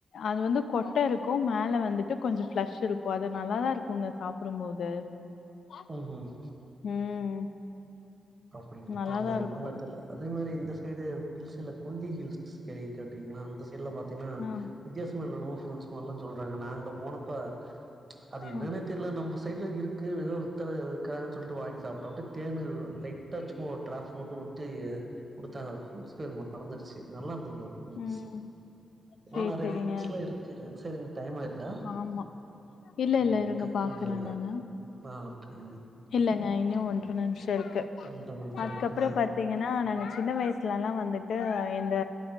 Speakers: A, on the left; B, on the right.
A: அது வந்து கொட்ட இருக்கு மேல வந்துட்டு கொஞ்சோ ஃப்ளெஷ் இருக்கு அது நல்லாதா இருக்குங்க சாப்டும்போது அ
B: ம் ம்
A: ம்
B: அப்டிங்ளா
A: நல்லாதான்
B: தெர்ல அந்த
A: இருக்கும்.
B: மாரி தெர்ல அதே மாரி இந்த சைடு ஹில்ஸில்ல கொல்லி ஹில்ஸ்சு கே கேட்டீங்கனா அந்த சைட்ல பா த்தினா
A: ஆ.
B: வித்தியாசமா என்னனவோ ஃபூருட்ஸ் மார்லா சொல்றாங்க நா அங்க போனப்ப அது என்னனே
A: ம்.
B: தெர்ல நம்ம சைட்ல இருக்கு ஏதோ ஒருத்தரு இருக்றாங்கன்னு சொல்ட்டு வாங்கி சாப்ட்டோ அப்டே தேனு லைட் டா சும்மா ஒரு ட்ராப்ஸ் மட்டு வுட்டு குடுத்தாங்க ஃபுருட்ஸ் பேர் மறந்துருச்சு நல்லார்ந்தது அது இருந்ச்சு
A: ம்.
B: ஆ
A: சரி,
B: நெறைய
A: சரிங்க.
B: ஃப்ரூட்ஸ்லா இருக்குங்க சரிங்க டைம் ஆயிருதா
A: ஆமா இல்ல,
B: ஓகே
A: இல்ல இருங்க பாக்குறேன்
B: விட்லல்ல
A: நானு.
B: அ ஓகே
A: இல்லங்க இன்னு ஒன்ற நிமிஷ இருக்கு
B: ஒன்ற நிமிஷோ
A: அதுக்கப்புற
B: இருக்குங்க
A: பாத் தீங்கன்னா நாங்க சின்ன வயசுலல்லா வந்துட்டு இந்த